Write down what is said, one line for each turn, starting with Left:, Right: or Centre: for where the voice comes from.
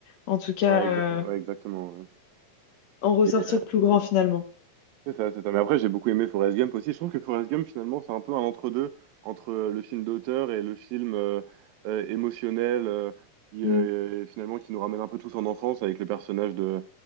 Left: en tout cas
Right: ouais, exa-
Left: euh,
Right: ouais, exactement. ouais.
Left: en ressortir
Right: Et euh,
Left: plus grand finalement.
Right: c'est ça, c'est ça. Mais après, j'ai beaucoup aimé Forrest Gump aussi. Je trouve que Forrest Gump, finalement, c'est un peu un entre-deux entre euh, le film d'auteur et le film euh, euh, émotionnel euh, qui,
Left: Mm.
Right: euh, finalement, qui nous ramène un peu tous en enfance avec le personnage de,